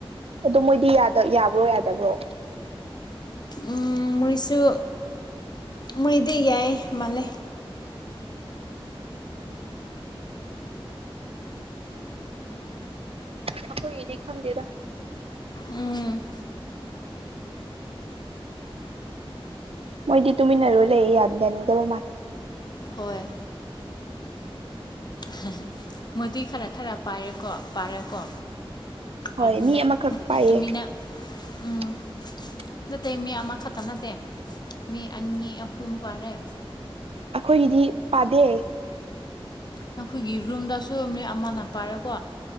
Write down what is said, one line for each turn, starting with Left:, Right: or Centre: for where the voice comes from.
Right: ꯑ ꯃꯣꯏꯗꯤ ꯌꯥꯕ꯭ꯔꯣ ꯌꯥꯗꯕ꯭ꯔꯣ
Left: ꯎ ꯃꯔꯤꯁꯨ ꯃꯔꯤꯗꯤ ꯌꯥꯏꯌꯦ ꯃꯥꯂꯦ
Right: ꯑꯩꯈꯣꯏꯒꯤꯗꯤ ꯈꯪꯗꯦꯗ
Left: ꯎꯝ
Right: ꯃꯣꯏꯗꯤ ꯇꯨꯃꯤꯟꯅꯔꯨꯂꯦ ꯌꯥꯗꯗꯅꯤꯗꯕ ꯃꯥ
Left: ꯍꯣꯏ ꯍꯍ ꯍ ꯃꯣꯏꯗꯤ ꯈꯔ ꯈꯔ ꯄꯥꯏꯔꯦꯀꯣ ꯄꯥꯔꯦꯀꯣ
Right: ꯍꯣꯏ
Left: ꯑꯗꯨꯅꯦ
Right: ꯃꯤ ꯑꯃꯈꯛ ꯄꯥꯏꯌꯦ
Left: ꯇꯨꯃꯤꯟꯅ
Right: ꯇꯥꯕ
Left: ꯎꯝ
Right: ꯉꯝꯗꯕ
Left: ꯅꯠꯇꯦ ꯃꯤ ꯑꯃ ꯈꯛꯇ ꯅꯠꯇꯦ ꯃꯤ ꯑꯅꯤ ꯑꯍꯨꯝ ꯄꯥꯔꯦ
Right: ꯑꯩꯈꯣꯏꯒꯤꯗꯤ ꯄꯥꯗꯦ
Left: ꯅꯈꯣꯏꯒꯤ ꯔꯨꯝꯗꯁꯨ ꯃꯤ ꯑꯃꯅ ꯄꯥꯏꯔꯦꯀꯣ